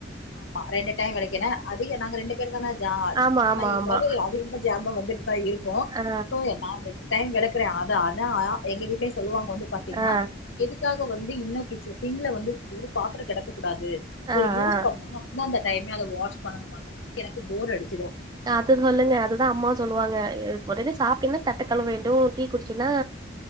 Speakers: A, on the left (about 80°); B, on the right (about 20°).
A: ஆமா ரெண்டு டைம் விளக்கினேன் அதிக நாங்க ரெண்டு பேரு தானே
B: ஆமா
A: ஆனா
B: ஆமா
A: இருந்தாலும்
B: ஆமா
A: அது என் ஜாம வந்துரு இருக்கும்
B: ஆ
A: சோ நா ரென் டைம் விளக்குறேன் அது எங்க வீட்லய சொல்லுவாங்க வந்து பாத்தீங்கன்னா
B: ஆ
A: எதுக்காக ப்ப வந்து இன்னும் கிச்சன் சிங்க்ல வந்து ஒரு பாத்திரம் கிடக்கு கூடாது சோ
B: ஆ
A: யூஸ்
B: ஆ
A: அந்த அந்த டைமே அத வாஷ் பண்ணணுமாங்க அது எனக்கு போர் அடிச்சிடு
B: அது சொல்லுங்க அதுதா அம்மா சொல்லுவாங்க முதல்ல சாப்பிடுங்க தட்டக் கழுவ வேண்டும் டீ குடிச்சினா